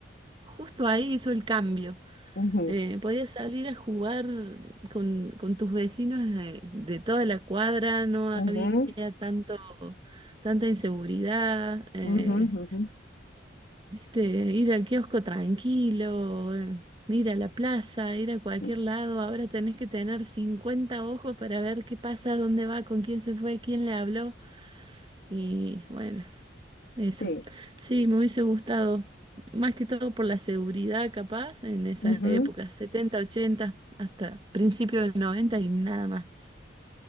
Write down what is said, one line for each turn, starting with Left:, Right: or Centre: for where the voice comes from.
Right: justo ahí hizo el cambio.
Left: ujú,
Right: Eh, podías salir a jugar con, con tus vecinos de, de toda la cuadra, no
Left: ujú,
Right: había tanto, tanta inseguridad. eh,
Left: ujú, ujú,
Right: ¿Viste? Ir al kiosco tranquilo, eh, ir a la plaza, ir a cualquier
Left: ujú.
Right: lado. Ahora tenés que tener 50 ojos para ver qué pasa, dónde va, con quién se fue, quién le habló. Y bueno, eso.
Left: Sí.
Right: Sí, me hubiese gustado. Más que todo por la seguridad, capaz, en esa
Left: ujú.
Right: época, 70 80 hasta principio del 90 y nada más.